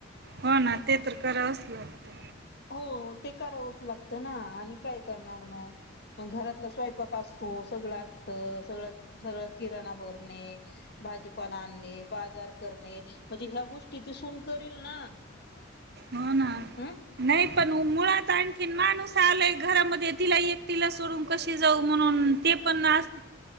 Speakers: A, on the right; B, on the left.
A: हो ना ते तर करावचं लागतं.
B: हो हो ते करावंच लागतं ना आणि काय करणार मगं, मग घरातला स्वयंपाक असतो सगळं असत. सगळं सगळ किराणा भरणे, भाजीपाला आणणे, बाजार करणे म्हजे ह्या गोष्टी ते सून करील ना
A: हो ना
B: हम्म.
A: नाही पण मुळात आणखीन माणूस <unintelligible> घरांमध्ये तिला एकटिला सोडून कशी जाऊ म्हणून ते पण आस